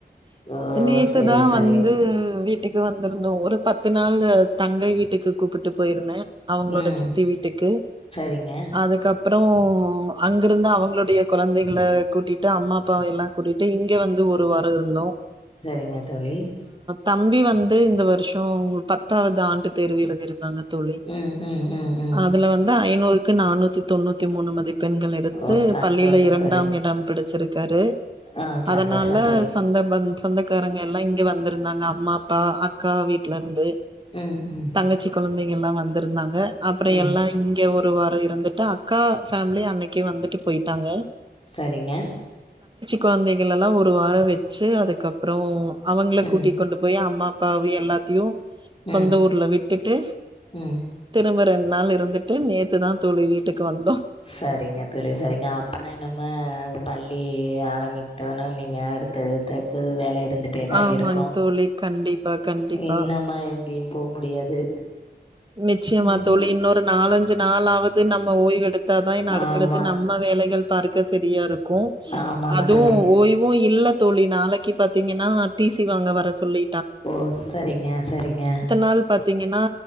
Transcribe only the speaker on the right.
நேத்துதான்
வந்து வீட். வீட்டுக்கு வந்திருந்தோம் ஒரு பத்து நாள் தங்கை வீட்டுக்கு கூப்பிட்டு போயிருந்தேன். அவங்களோட
சித்தி வீட்டுக்கு
அதுக்கப். அப்புறம். அங்கிருந்து அவங்களுடைய குழந்தைகள கூட்டிட்டு அம்மா அப்பாவ எல்லாம் கூட்டிட்டு இங்க வந்து ஒரு வாரம் இருந்தோம்.
தம்பி வந்து இந்த வருஷம் பத்தாவது ஆண்டு தேர்வி எழுதிருக்காங்க. தோழி
அதுல வந்து ஐநூறு. நானூத்தி தொண்ணூத்தி மூணு மதிப். பெண்கள் எடுத்து
பள்ளியில இரண்டாம்
இடம் பிடிச்சிருக்காரு
அதனால
சந்தம்பந்தம். சொந்தக்காரங்க எல்லாம் இங்கே வந்திருந்தாங்க அம்மா அப்பா அக்கா வீட்டல இருந்து.
தங்கச்சி குழந்தை. எல்லாம் வந்திருந்தாங்க. அப்புறம்
எல்லாம் இங்க. ஒரு வாரம் இருந்துட்டு அக்கா பேமிலி. அன்னைக்கே வந்துட்டு போயிட்டாங்க.
குழந்தைகள்ல்லாம் ஒரு வாரம் வச்சு அதுக்கப்புறம். அவங்கள
கூட்டி கொண்டு போய் அம்மா அப்பாவைய. எல்லாத்தியு. சொந்த
ஊர்ல விட்டுட்டு
திரும்பறேன். நாள் இருந்துட்டு நேத்துதான் தோழி வீட்டுக்கு வந்தோம்.
ஆமாங்
தோழி கண்டிப்பா கண்டிப்பா
நிச்சயமா
தோழி இன்னொரு நாலஞ்சு நாலாவது நம்ம ஓய்வ் எடுத் த்தா தான் என் அடுத்தடுத்து
நம்ம வேலைகள் பார்க்க சரியா இருக் க்கும்
அதுவும்
ஓய்வும் இல்ல தோழி நாளைக்கு பாத்தீங்கன்னா டிசி வாங்க வர சொல்லி
நாள் பாத்தீங்கன்னா